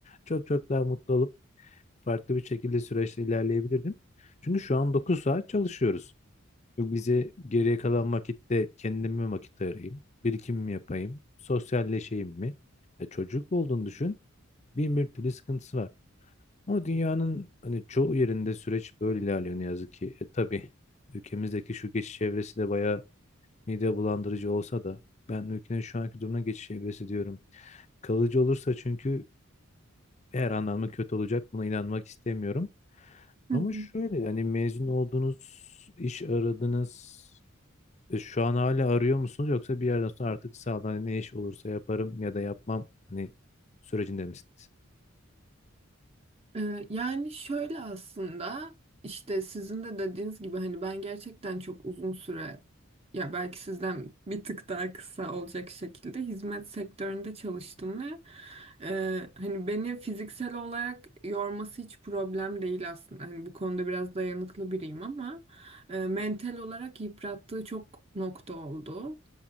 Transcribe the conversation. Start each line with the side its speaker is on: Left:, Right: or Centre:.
Left: çok çok daha mutlu olup farklı bir şekilde süreçte ilerleyebilirdim. Çünkü şu an 9 saat çalışıyoruz. Bu bize geriye kalan vakitte kendime vakit ayırayım, birikimimi yapayım, sosyalleşeyim mi? Ya çocuk olduğunu düşün, bin bir türlü sıkıntısı var. Ama dünyanın hani çoğu yerinde süreç böyle ilerliyor ne yazık ki. E tabii ülkemizdeki şu geçiş çevresi de bayağı mide bulandırıcı olsa da ben ülkenin şu anki durumuna geçiş evresi diyorum. Kalıcı olursa çünkü her anlamda kötü olacak. Buna inanmak istemiyorum.
Right: <laughs>
Left: Ama şöyle hani mezun oldunuz, iş aradınız. E, şu an hala arıyor musunuz yoksa bir yerden sonra artık sağdan hani ne iş olursa yaparım ya da yapmam hani sürecinde misiniz?
Right: Ee, Yani şöyle aslında işte sizin de dediğiniz gibi hani ben gerçekten çok uzun süre ya belki sizden bir tık daha kısa olacak şekilde hizmet sektöründe çalıştım ve e, hani beni fiziksel olarak yorması hiç problem değil aslında. Hani bu konuda biraz dayanıklı biriyim ama e, mental olarak yıprattığı çok nokta oldu.